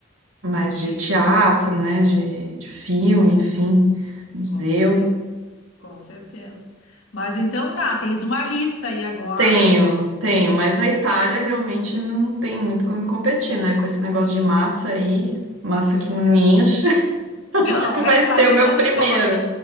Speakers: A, on the right; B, on the left.
A: Mas de
B: Sim,
A: teatro, né, de, de filme, enfim, museu.
B: com certeza. Com certeza. Mas então tá, tens uma lista aí agora.
A: Tenho, tenho, mas a Itália realmente não tem muito como competir, né? Com esse negócio
B: É,
A: de massa aí, massa
B: pois
A: que não
B: é.
A: enche. <laughs>
B: Então,
A: Acho que
B: essa
A: vai ser
B: aí
A: o meu
B: tá
A: primeiro.
B: no top.